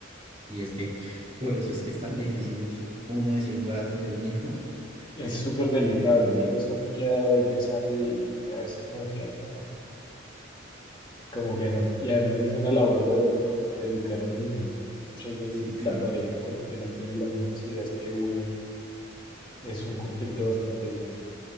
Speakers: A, on the right (about 30°); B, on the left (about 25°).
A: Y es que por eso es que es tan difícil
B: Es
A: uno decir voy a tener un hijo. <laughs>
B: es súper
A: O
B: delicado.
A: Bueno, para
B: Yo
A: mí.
B: por eso me he quedado ahí pensando y a veces como que... eh, Como que no. Y además es una labor de dos, ¿no? Educar a un niño. Entonces, muchas veces
A: Sí, claro.
B: la pareja como que no tiene las mismas ideas que uno y es un conflicto bastante grande.